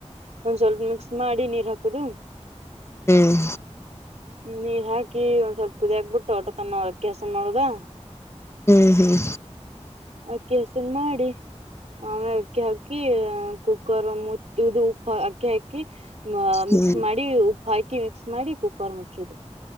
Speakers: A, on the right; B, on the left.
A: ಒಂದ್ ಸ್ವಲ್ಪ ಮಿಕ್ಸ್ ಮಾಡಿ ನೀರ್ ಹಾಕೊದು.
B: ಹ್ಮ್
A: ನೀರ್ ಹಾಕಿ ಒಂದ್ ಸ್ವಲ್ಪ ಕುದಿಯಾಕ್ಬಿಟ್ಟು ಅಟ ತನ್ನ ಅಕ್ಕಿ ಅಸನ ಮಾಡುದಾ.
B: ಹ್ಮ
A: ಅಕ್ಕಿ ಹಸನ್ ಮಾಡಿ ಆಮೇಲೆ ಕ್ಯಕ್ಕಿ ಹಾ ಕುಕ್ಕರ್ ಮುಚ್ಚುದು. ಪ ಅಕ್ಕಿ ಹಾಕಿ ಮಿಕ್ಸ್
B: ಹ್ಮ್
A: ಮಾಡಿ ಉಪ್ಪು ಹಾಕಿ ಮಿಕ್ಸ್ ಮಾಡಿ ಕುಕ್ಕರ್ ಮುಚ್ಚೋದು.